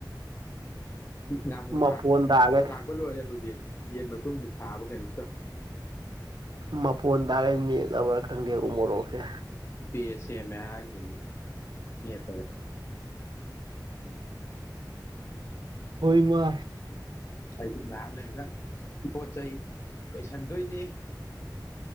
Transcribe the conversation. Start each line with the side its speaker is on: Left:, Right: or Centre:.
Left: ꯉꯕꯨꯨ
Right: ꯃꯐꯣꯟ
Left: ꯊ ꯉꯅꯥꯃꯨ
Right: ꯇꯥꯒꯩ
Left: ꯊꯥꯒꯂꯣꯔꯦ ꯍꯧꯖꯤ ꯌꯦꯟ ꯃꯇꯨꯡꯃꯨꯛ ꯊꯥꯕ ꯀꯩꯅꯣꯝ ꯇꯧ
Right: ꯃꯄꯣꯟ ꯇꯥꯔꯒ ꯃꯠ ꯂꯧꯧꯔꯥ ꯈꯪꯗꯦ ꯎ ꯃꯣꯔꯣꯛꯀꯦ
Left: ꯄꯁꯦ ꯃꯒꯗꯤ ꯃꯤ ꯐꯒ
Right: ꯍꯣꯏꯃ
Left: ꯍꯥꯏ ꯂꯂꯒ ꯎ ꯆꯥꯏ ꯂꯣꯏꯁꯤꯟꯗꯣꯏꯅꯦ